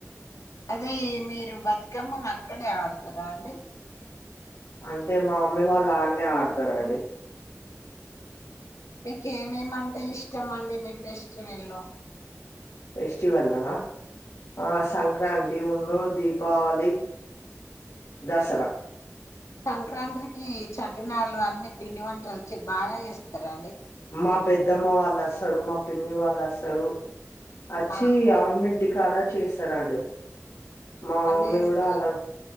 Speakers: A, on the left; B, on the left.
A: అదే మీరు బతుకమ్మని అక్కడే ఆడుతారా అండి
B: అంటే మా మమ్మీ వాళ్ళు అన్నే ఆడతారండి
A: ఉహు మీకు ఏమేమంటే ఇష్టం అండి మీకు ఫెస్టివల్లో
B: ఫెస్టివల్లోనా ఆ సంక్రాంతి తి ఉను దీపావళి, దసరా
A: సంక్రాంత్రికి చకినాళ్ళు అన్ని పిండి వంటలు బాగా చేస్తారా అండి
B: మా పెద్దమ్మ వాళ్ళు వస్తారు మా పిన్ని వాళ్ళు వస్తారు వచ్చి
A: ఆ
B: <unintelligible> ఇంటి కడా చేస్తారండి మా
A: అన్ని
B: మమ్మీ
A: చేస్తారా
B: కూడా అలా